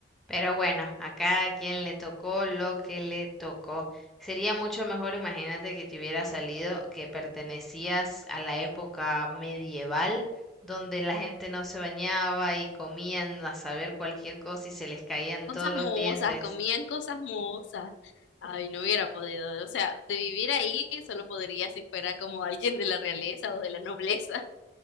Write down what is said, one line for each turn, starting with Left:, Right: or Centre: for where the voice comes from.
Centre: pero bueno, a cada quien le tocó lo que le tocó. Sería mucho mejor, imagínate, que te hubiera salido que pertenecías a la época medieval, donde la gente no se bañaba y comían a saber cualquier cosa y se les caían
Left: Cosas
Centre: todos los
Left: mohosas,
Centre: dientes.
Left: comían cosas mohosas. Ay, no hubiera podido. O sea, de vivir ahí solo podría si fuera como alguien de la realeza o de la nobleza.